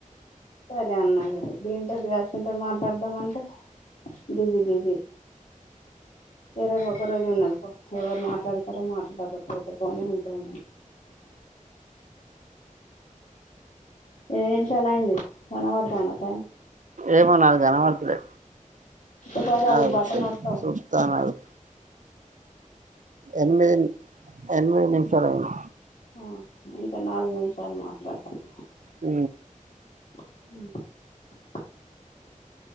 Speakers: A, on the left (about 65°); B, on the right (about 65°).
A: సరే అన్నా ఇగ దీంతోటి కాసింత మాట్లాడదాం అంటే బిజీ బిజీ ఏరే పాప తో ఒక్క రోజు ఉన్నవి ఎవరు మాట్లాడతారో మాట్లార్రో పోతే పోని ఉంటే ఉన్నని ఏంషాలైంది కనబడతాందా టైమ్
B: ఏమో నాగ్గనబడతలే
A: ఒక్కసారి అది
B: ఆగు
A: బటన్
B: సు
A: నొత్తవ్
B: సూత్తానాగు ఎనిమిదిన్ ఎనిమిది నిమిషాలు అయింది
A: ఆ ఇంకా నాలుగు నిమిషాలు మాట్లాడతాలే
B: ఊ
A: ఉ